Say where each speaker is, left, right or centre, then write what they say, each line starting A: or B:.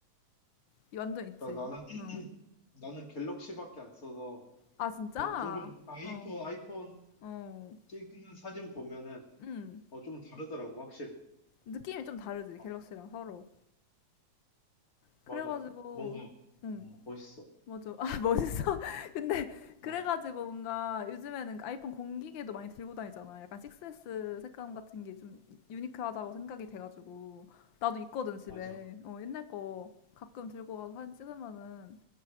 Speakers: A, on the left; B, on the left.
A: 이 완전 있지.
B: 자 나는
A: 어.
B: 나는 갤럭시밖에 안 써서
A: 아, 진짜?
B: 근데 종종 아이폰
A: 어,
B: 아이폰
A: 어.
B: 찍는 사진 보면은
A: 응.
B: 어 좀 다르더라고 확실히.
A: 느낌이 좀 다르지,
B: 어,
A: 갤럭시랑 서로. 그래가지고,
B: 맞아. 뭔가
A: 응.
B: 어, 멋있어.
A: 맞아. 아, <laughs> 멋있어. <laughs> 근데
B: 어,
A: 그래가지고
B: 어,
A: 뭔가 요즘에는 아이폰 공기계도 많이 들고 다니잖아. 약간 6S 색감 같은 게 좀 유니크하다고 생각이 돼가지고 나도 있거든 집에.
B: 맞아.
A: 어, 옛날 거 가끔 들고 가서 사진 찍으면은